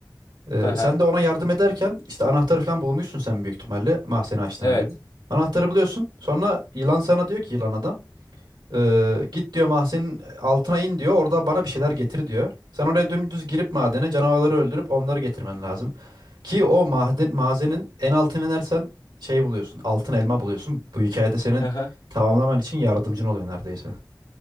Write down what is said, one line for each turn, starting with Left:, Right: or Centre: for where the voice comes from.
Right: E,
Left: Hı hı.
Right: sen de ona yardım ederken işte anahtarı falan bulmuşsun sen büyük ihtimalle mahzeni açtığına
Left: Evet.
Right: göre. Anahtarı buluyorsun. Sonra yılan sana diyor ki yılan adam, e, git diyor mahzenin altına in diyor. Orada bana bir şeyler getir diyor. Sen oraya dümdüz girip madene canavarları öldürüp onları getirmen lazım. Ki o maden, mazenin en altına inersen şey buluyorsun. Altın elma buluyorsun. Bu hikayede senin
Left: Hı hı.
Right: tamamlaman için yardımcın oluyor neredeyse.